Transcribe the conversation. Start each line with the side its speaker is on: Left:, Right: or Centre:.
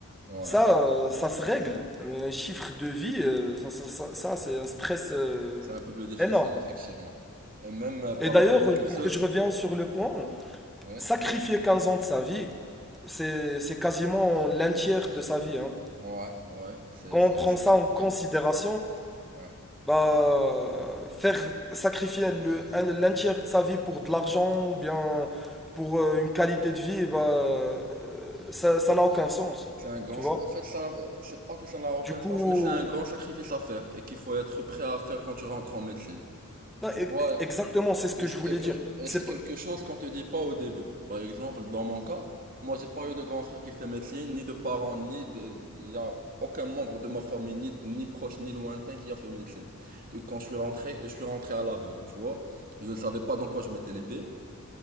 Right: Ouais.
Centre: Ça, euh, ça se règle. Un chiffre de vie, euh, ça, ça, ça- ça, c'est un stress euh,
Right: C'est un peu plus difficile,
Centre: énorme.
Right: effectivement. Et même euh, par
Centre: Et d'ailleurs,
Right: rapport au
Centre: euh,
Right: cursus,
Centre: pour que je revienne sur le point,
Right: ouais,
Centre: sacrifier 15 ans de sa vie, c'est, c'est quasiment l'un tiers de sa vie, hein.
Right: ouais, ouais, c'est
Centre: Quand
Right: c'est-
Centre: on prend
Right: c'est
Centre: ça
Right: très
Centre: en
Right: correct.
Centre: considération,
Right: Ouais.
Centre: Bah, faire sacrifier le, un, l'un tiers de sa vie pour de l'argent ou bien pour euh, une qualité de vie, bah, euh, ça, ça n'a aucun sens,
Right: C'est un grand,
Centre: tu vois?
Right: en fait, ça, euh, c'est pas que ça n'a aucun
Centre: Du coup,
Right: sens, mais c'est un grand sacrifice à faire et qu'il faut être prêt à faire quand tu rentres en médecine.
Centre: non,
Right: Tu
Centre: e-
Right: vois,
Centre: e- exactement, c'est ce que
Right: Et c'est
Centre: je voulais
Right: quelque,
Centre: dire.
Right: et
Centre: C'est
Right: c'est quelque
Centre: pas,
Right: chose qu'on te dit pas au début. Par exemple, dans mon cas, moi j'ai pas eu de grand frère qui fait médecine, ni de parents, ni de, Il y a aucun membre de ma famille, ni, ni proche, ni lointain qui a fait médecine. Donc quand je suis rentré, je suis rentré à l'aveugle, tu vois. Je ne savais pas dans quoi je mettais l'épée.